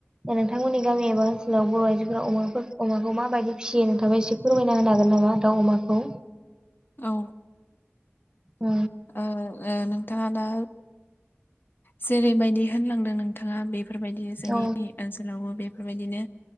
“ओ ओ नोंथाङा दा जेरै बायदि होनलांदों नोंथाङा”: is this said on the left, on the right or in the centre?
Left